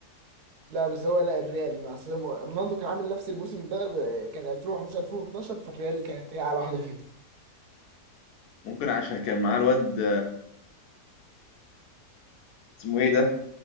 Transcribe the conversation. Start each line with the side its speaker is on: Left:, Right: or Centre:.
Right: لا بس هو لا الريال مع أصل رونالدو كان عامل نفس الموسم ده ب- كان 2011 2012 فالريال كانت هي على واحده فيهم
Left: ممكن عشان كان معاه الواد اسمه ايه ده